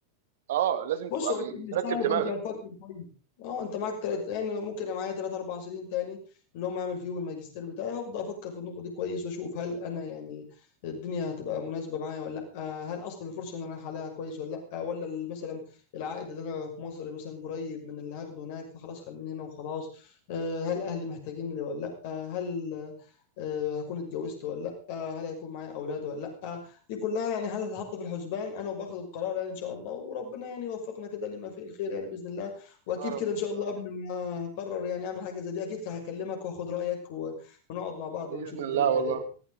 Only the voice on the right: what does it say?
اه لازم
تبقى
مرتب
دماغك
يا
رب
يا رب
باذن
الله
والله